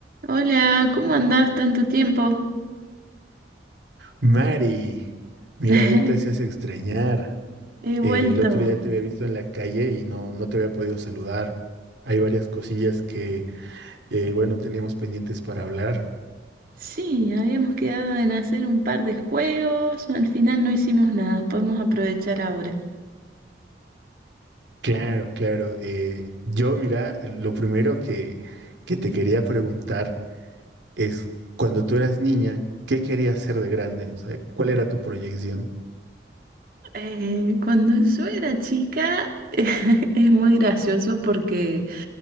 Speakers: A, on the right; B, on the right.
A: Hola, ¿cómo andás tanto tiempo?
B: Mari, mira,
A: <laughs>
B: ya te hacías extrañar.
A: He vuelto.
B: Eh, el otro día te había visto en la calle y no, no te había podido saludar. Hay varias cosillas que, eh, bueno, teníamos pendientes para hablar.
A: Sí, habíamos quedado en hacer un par de juegos, al final no hicimos nada, podemos aprovechar ahora.
B: Claro, claro. eh, yo, mira, lo primero que, que te quería preguntar es, cuando tú eras niña, ¿qué querías ser de grande? O sea, ¿cuál era tu proyección?
A: Eh, cuando yo era chica <laughs> es muy gracioso porque